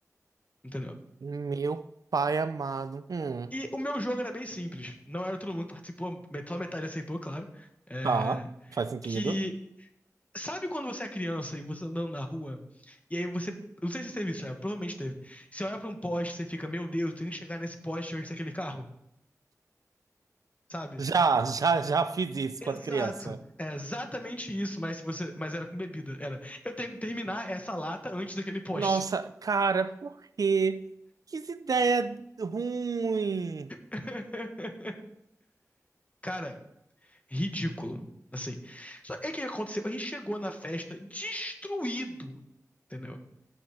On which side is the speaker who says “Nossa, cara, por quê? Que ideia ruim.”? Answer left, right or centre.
Right